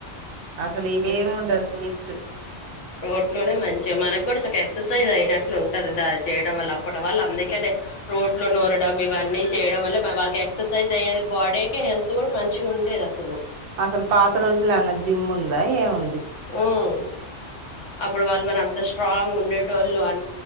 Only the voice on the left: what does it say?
రోడ్లోనే మంచిగా మనకు కూడా చ ఎక్సర్సైజ్ అయినట్లు ఉంటది చేయడం వల్ల అప్పటి వాళ్ళు అందుకేనే రోట్లో నోరడం ఇవన్నీ చేయడం వల్ల వాళ్ళకి ఎక్సర్సైజ్ అయ్యేది బాడీకి హెల్త్ కూడా మంచిగా ఉండేది అసలు
ఉమ్ అప్పుడు వాళ్ళు మరి అంత స్ట్రాంగ్ ఉండేట వాళ్ళు అ